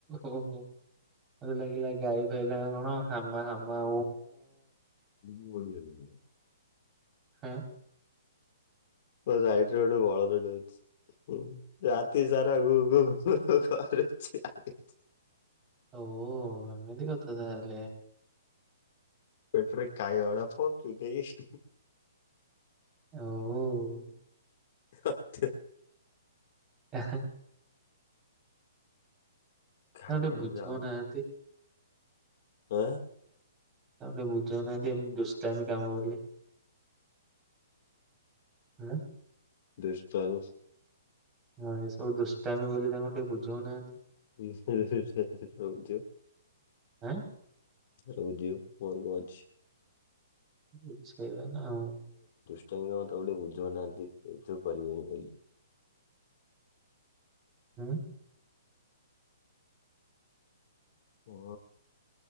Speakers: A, on the right; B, on the left.
A: ଓୋ ମୋତେ ଲାଗିଲା ଗାଈ ଫାଇଲା କଣ ହାମା ହାମା
B: ହୁଁ ବଢିଆ ବ
A: ହଁ
B: ସାଇଟ ଗୋଟେ ଭଳରେ ଡାନ୍ସ ହଁ ଜାତି ସର ଆରଛି ଆଛି।
A: ଓହ ଏମିତି କଥା ତାହେଲେ
B: ପେଟରେ କାଇ ଅଡପ ତୁ ଦେଇସ
A: ଓ
B: ଆଛ।
A: ତାଙ୍କୁ
B: ଖାଇବାଗୁଡା
A: ଆ ଟିକେ ବୁଝଉନାହାନ୍ତି।
B: ଯାଉନି ଆଁ
A: ତମ ବୁଝ ନାନ୍ତି ଏ ଦ ତମ କାମବଲେ ହ
B: ଦୃଷ୍ଟାନ
A: ହଁ ଏ ସବୁ ଦୁଷ୍ଟମ ବୋଲି ତାଙ୍କ କେ ବୁଝଉନାହାନ୍ତି।
B: ଝ
A: ଆଁ
B: ରହୁଝଉ ମ କଛି।
A: ବଛା। ସେେଇବେ ନା ଆଉ
B: ତଉ ଟିକେ ବୁଝୁନାହାନ୍ତି ଏ କିବେନି ବୋଲି
A: ହୁଁ।
B: ଓୁ